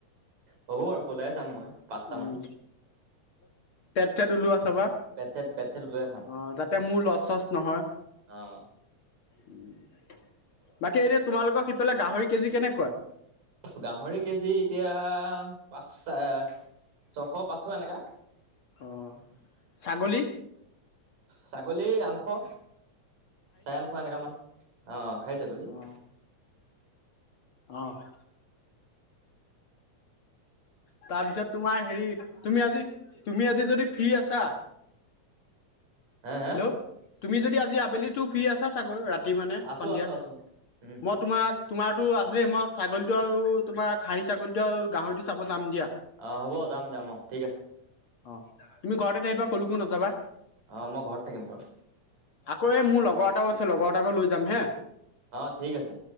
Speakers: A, on the right; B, on the left.
A: হ'ব বাৰু ক'লাই চাম মই পাঁচটামান
B: উম। পেট চেট ওলোৱা চাবা।
A: পেট চেট পেট চেট ওলাই
B: অঁ যাতে মোৰ লচ চচ নহয়।
A: অঁ।
B: ওম। বাকী এতিয়া তোমালোকক সিফালে গাহৰি কেজি কেনেকুৱা?
A: গাহৰি কেজি এতিয়া পাঁচ চে ছশ পাঁচশ এনেকা।
B: অহ, ছাগলী?
A: ছাগলী আঠশ, চাৰে আঠশ এনেকামান অ',। খাহী ছাগলী
B: অহ - অহ। তাৰপিছত তোমাৰ হেৰি তুমি আজি তুমি আজি যদি ফ্ৰী আছা
A: হে হে
B: হেল্ল', তুমি যদি আজি আবেলিটো ফ্ৰী আছা চাগৈ? ৰাত ৰাতি মানে
A: আছো
B: সন্ধিয়া?
A: আছো আছো উম
B: মই তোমাক তোমাৰ টো আছে মই ছাগলীটো আৰু তোমাৰ খাহী ছাগলী টো আৰু গাহৰিটো চাব যাম দিয়া
A: অহ, হ'ব যাম -যাম অহ ঠিক আছে।
B: অহ, তুমি ঘৰতে থাকিবা ক'লৈকো নাযাবা।
A: অহ, মই ঘৰত থাকিম বাৰু।
B: অইয়ে, মোৰ লগৰ এটাও আছে লগৰ এটাকো লৈ যাম হে।
A: অ ঠিক আছে